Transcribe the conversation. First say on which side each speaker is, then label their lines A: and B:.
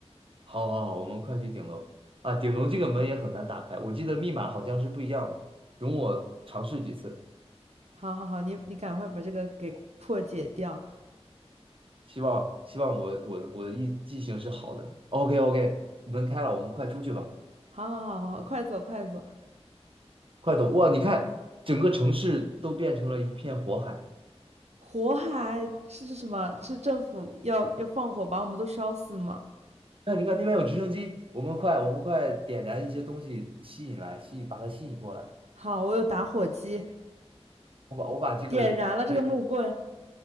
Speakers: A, on the right; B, on the right.
A: 好好好，我们快去顶楼啊！顶楼这个门也很难打开，我记得密码好像是不一样的，容我尝试几次。
B: 好好好，你你赶快把这个给破解掉。
A: 希望希望我我我的印记性是好的。OK OK，门开了，我们快出去吧，
B: 好好好好，好快走快走。
A: 快走！哇，你看整个城市都变成了一片火海。
B: 火海是是什么？是政府要要放火把我们都烧死吗？
A: 那你看那边有直升机，我们快我们快点燃一些东西吸引来，吸引把它吸引过来。
B: 好，我有打火机，
A: 我把我把这个位
B: 点燃了这个木棍。